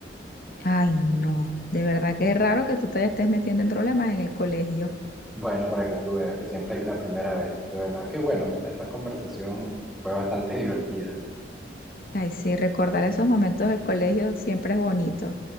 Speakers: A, on the left (about 50°); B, in the centre.
A: Ay, no. De verdad que es raro que tú te estés metiendo en problemas en el colegio.
B: Bueno, para que tú veas que siempre hay una primera vez. De verdad que bueno, esta conversación fue bastante <laughs> divertida.
A: Ay, sí, recordar esos momentos del colegio siempre es bonito.